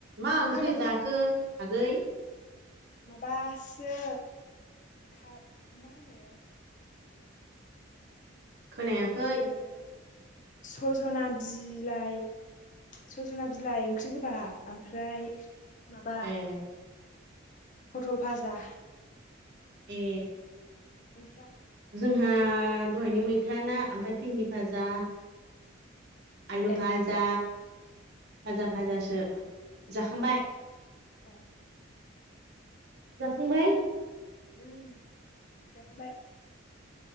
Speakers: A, on the right; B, on the left.
A: मा ओंख्रि
B: खोना
A: जाखो आगै
B: माबासो खा मा होनो
A: खोनायाखै
B: मा होनोथाय बे सजना बिलाइ सजना बिलाइ ओंख्रि गोबाब ओमफ्राय माबा
A: ए
B: पथल फाजा
A: ए
B: नोंस्रा
A: जोंहा दहायनि मैथा ना ओमफाय फिन्दि फाजा आलु
B: ए
A: भाजा भाजा भाजासो जाखांबाय
B: ए
A: जाखांबाय
B: उम जाखांबाय